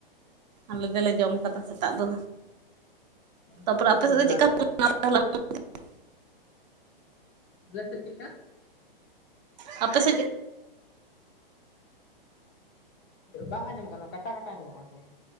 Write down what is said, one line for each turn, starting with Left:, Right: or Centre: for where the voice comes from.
Right: ᱟᱞᱮ ᱫᱚᱞᱮ ᱡᱚᱢ
Left: ᱱᱚᱜᱼᱚᱭ
Right: ᱠᱟᱫᱟ ᱥᱮᱛᱟᱜ ᱫᱚ
Left: ᱱᱤᱛᱚᱜ
Right: ᱛᱟᱯᱚᱨᱮ
Left: ᱠᱚ
Right: ᱟᱯᱮ
Left: ᱤᱥᱤᱱ
Right: ᱥᱮᱫ ᱫᱚ
Left: ᱫᱟ
Right: ᱪᱮᱫᱠᱟ?
Left: ᱟᱨᱠᱤ᱾
Right: <unintelligible> <unintelligible>
Left: ᱟᱞᱮ ᱥᱮᱫ ᱪᱮᱫᱠᱟ?
Right: ᱟᱯᱮ ᱥᱮ
Left: ᱵᱟᱝ ᱟᱸᱡᱚᱢᱚᱜ ᱠᱟᱱᱟ ᱠᱟᱴᱟ ᱠᱟᱴᱟ ᱟᱸᱡᱚᱢᱚᱜ ᱠᱟᱱ ᱛᱟᱢᱟ